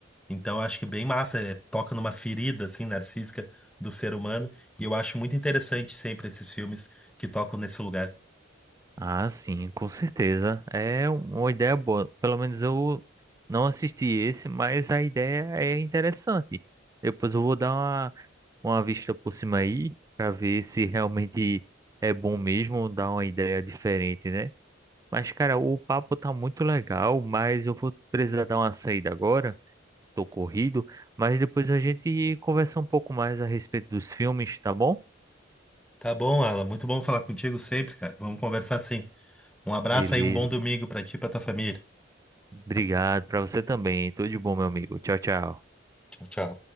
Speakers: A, in the centre; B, on the right.
A: Então, eu acho que bem massa, é, toca numa ferida assim narcísica do ser humano, e eu acho muito interessante sempre esses filmes que tocam nesse lugar.
B: Ah, sim, com certeza. É um- uma ideia boa. Pelo menos eu não assisti esse, mas a ideia é interessante. Depois eu vou dar uma, uma vista por cima aí, pra ver se realmente é bom mesmo, dar uma ideia diferente, né? Mas, cara, o papo tá muito legal, mas eu vou precisar dar uma saída agora. Tô corrido, mas depois a gente conversa um pouco mais a respeito dos filmes, tá bom?
A: Tá bom, Alan, muito bom falar contigo sempre, cara. Vamos conversar sim. Um abraço
B: Beleza.
A: aí, um bom domingo pra ti e pra tua família.
B: Obrigado pra você também. Tudo de bom, meu amigo. Tchau, tchau.
A: Tchau, tchau.